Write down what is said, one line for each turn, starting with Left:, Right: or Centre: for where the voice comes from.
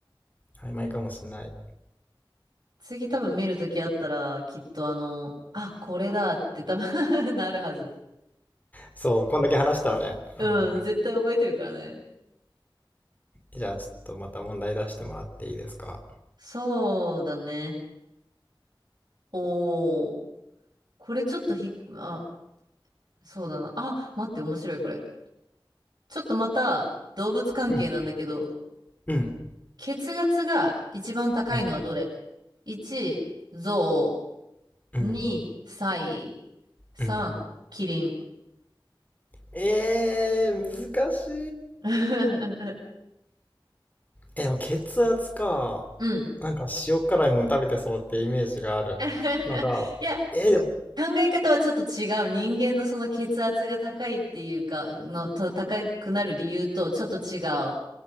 Left: 曖昧かもしれない。
Right: 次多分見るときあったら、きっとあの、あ、これだって多分 <laughs> なるはず。
Left: そう、こんだけ話したらね。
Right: うん、
Left: うん、
Right: 絶対覚えてるからね。
Left: じゃあ、ちょっとまた問題出してもらっていいですか。
Right: そうだね。おー。これちょっとひ、あ、そうだな。あ、待って、面白いこれ。ちょっとまた動物関係なんだけど、
Left: うん。うん。
Right: 血圧が一番高いのはどれ
Left: うん。
Right: ?1、ゾ
Left: うん。
Right: ウ。2、サイ。3、
Left: うん。
Right: キリン。
Left: えー、難しい。
Right: <laughs>
Left: え、でも血圧か。
Right: うん。
Left: なんか塩辛いもん食べてそうってイメージがあるのが、
Right: <laughs> いや、
Left: えー、でも、
Right: 考え方はちょっと違う。人間のその血圧が高いっていうか、の、と、高くなる理由とちょっと違う。